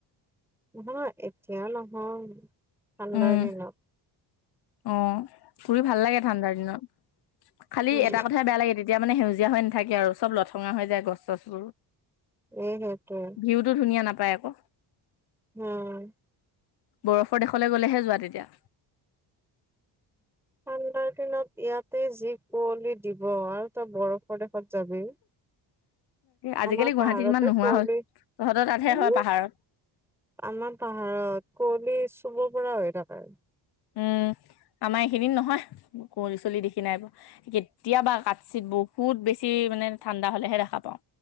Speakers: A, in the centre; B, on the left.
A: নহয় এতিয়াও নহয় ঠাণ্ডাৰ
B: উম,
A: দিনত।
B: অ, ফুৰি ভাল লাগে ঠাণ্ডাৰ দিনত খালি
A: উম
B: এটা কথাইে বেয়া লাগে তে তিয়া মানে সেউজীয়া হৈ নাথাকে আৰু চব লথঙা হৈ যায় গছ চছবোৰ।
A: সেইটোৱেই
B: ভিউতো ধুনীয়া নাপায় আকৌ।
A: উম,
B: বৰফৰ দেশলৈ গ'লেহে যোৱা তেতিয়া।
A: ঠাণ্ডাৰ দিনত ইয়াতে যি কুঁৱলি দিব আৰু তই বৰফৰ দেশত যাবি।
B: আজিকালি
A: আমাৰ
B: গুৱাহাটীত
A: পাহাৰতে
B: ইমান নোহোৱা
A: কুঁৱলী
B: হল তহঁতৰ তাতহে
A: উম
B: হয় পাহাৰত।
A: আমাৰ পাহাৰত কুঁৱলী চুব পৰা হৈ থাকে।
B: উম, আমাৰ এইখিনিত নহয় কুৱলি চলি দেখি নাই পোৱা। কেতিয়াবা কাঠছিত বহুত বেছি মানে ঠাণ্ডা হলেহে দেখা পাও।